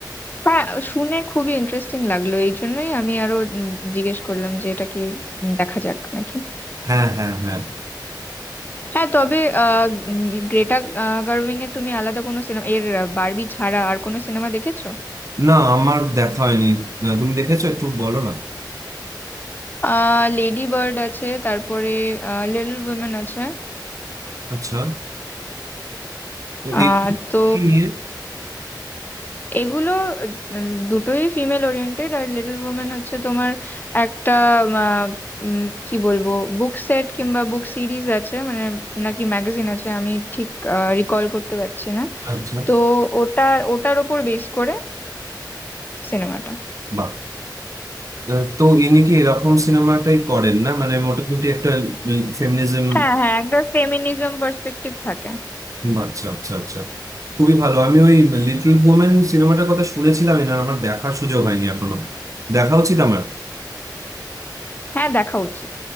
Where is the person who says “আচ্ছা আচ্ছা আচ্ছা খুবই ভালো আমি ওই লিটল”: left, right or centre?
Right